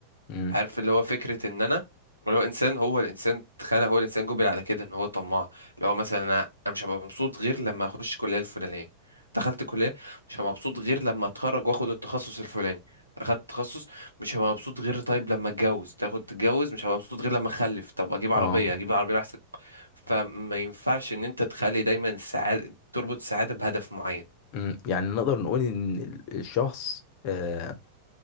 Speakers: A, on the left (about 45°); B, on the right (about 90°).
A: امم
B: عارف اللي هو فكرة ان انا اللي هو انسان هو الانسان تخيل هو الانسان جبل على كده ان هو طماع اللي هو مثلا انا أنا مش هبقى مبسوط غير لما اخش الكلية الفلانية دخلت الكلية مش هبقى مبسوط غير لما اتخرج واخد التخصص الفلاني اخدت تخصص مش هبقى مبسوط غير طيب لما اتجوز تاخد تتجوز مش هبقى مبسوط غير لما اخلف طب اجيب عربية
A: اه
B: اجيب العربية احسن فما ينفعش ان انت تخلي دايما السعادة تربط السعادة بهدف معين
A: امم يعني نقدر نقول ان ال- الشخص آه